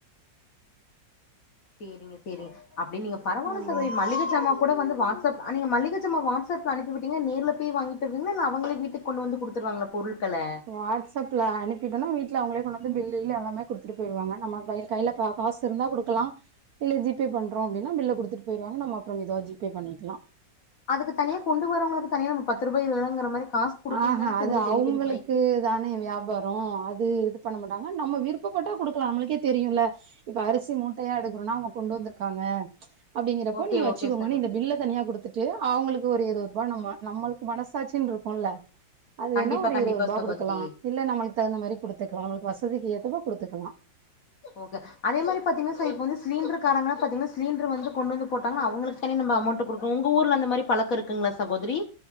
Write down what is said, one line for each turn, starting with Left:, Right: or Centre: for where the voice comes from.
Left: சேரிங்க சேரிங்க அப்டினு நீங்க பரவாயில்ல
Right: ம்.
Left: சகோதரி மளிகை ஜாமான் கூட வந்து வாட்ஸ்அப் நீங்க மளிக ஜமான் வாட்ஸ்அப் அனுப்பிவிட்டீங்க நேர்ல போய் வாங்கிட்டு வருவிங்களா இல்லனா அவங்ளே வீட்டுக்கு கொண்டு வந்து குடுத்துருவாங்களா பொருட்கள
Right: வாட்ஸ்அப்ல அனுப்பிட்டோம்னா வீட்ல அவங்களே கொண்டு வந்து பில்லு இல்லு எல்லாமே கொடுத்துட்டு போயிருவாங்க நம்ம கையி கைல க காசு இருந்தா குடுக்கலாம் இல்ல ஜி பே பண்றோம் அப்டினா பில்ல குடுத்துட்டு போயிருவாங்க நம்ம அப்றம் மெதுவா ஜி பே பண்ணிக்கலாம்
Left: அதுக்கு தனியா கொண்டு வறவங்களுக்கு தனியா நம் பத்து ருபா இருபது ரூபாய்ங்கற மாரி காசு குடுக்கணும்
Right: ஆஹா
Left: தான சகோதரி
Right: அது
Left: டெலிவரி
Right: அவுங்களுக்கு
Left: பாய்க்கு
Right: தானே வியாபாரம் அது இது பண்ண மாட்டாங்க நம்ம விருப்பப்பட்டா குடுக்கலாம் நம்மளுக்கே தெரியும்ல இப்ப அரிசி மூட்டையா எடுக்கணும்னா அவங்க கொண்டு வந்திருக்காங்க அப்டிங்கறப்ப
Left: ஓகே
Right: நீங்க வச்சுக்கோங்கன்னு
Left: ஓகே சகோதரி
Right: இந்த பில்ல தனியா கொடுத்துட்டு அவங்களுக்கு ஒரு இருபது ரூபாய் நம்ம நம்மளுக்கு மனசாட்சின்னு இருக்கு ம்ல அது
Left: கண்டிப்பா
Right: வேணா ஒரு
Left: கண்டிப்பா
Right: இருபது ரூபாய்
Left: சகோதரி
Right: குடுக்கலா இல்ல நமக்கு தகுந்த மாரி குடுத்துக்கலாம் நம்மளுக்கு வசதிக்கு ஏத்தப்போ குடுத்துக்கலாம்
Left: ஓகே அதே மாரி பாத்தீங்கன்னா இப்ப சிலிண்டர் காரங்க பாத்தீங்கன்னா சிலிண்டர் வந்து கொண்டு வந்து போட்டாங்கன்னா அவுங்களு க்கு நம்ம அமௌண்ட் குடுக்கனும் உங்க ஊர்ல அந்த மாரி பழக்க இருக்குங்களா சகோதரி